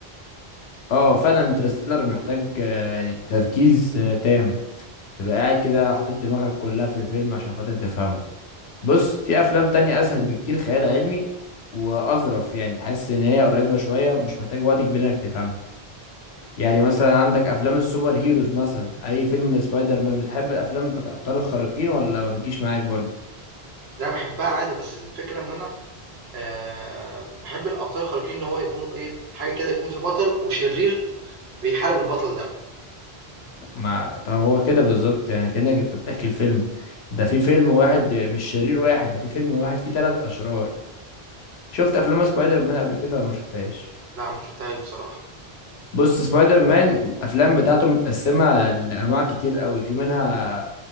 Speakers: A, on the left (about 80°); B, on the right (about 75°).
A: اه فعلا انترستيلر محتاج آه، يعني تركيز آه، تام تبقى قاعد كده حاطط دماغك كلها في الفيلم عشان خاطر تفهمه بص في افلام تانية اسهل بكتير خيال علمي واظرف يعني تحس ان هي قريبه شويه مش محتاج وقت كبير انك تفهمها يعني مثلا عندك افلام السوبر هيروز مثلا اي فيلم لسبايدر مان بتحب الافلام بتاعت ابطال الخارقين ولا ما بتجيش معاك برضه
B: لا بحبها عادي بس الفكره ان انا أه بحب الابطال الخارقين ان هو يكون ايه حاجه كده يكون في بطل وشرير بيحارب البطل ده
A: ما طب هو كده بالظبط يعني كأنك انت بتحكي الفيلم ده في فيلم واحد مش شرير واحد ده في فيلم واحد فيه ثلاث اشرار شفت افلام سبايدر مان قبل كده ولا ما شفتهاش
B: لأ ما شفتهاش بصراحة.
A: بص سبايدر مان الافلام بتاعته متقسمة لانواع كتير قوي في منها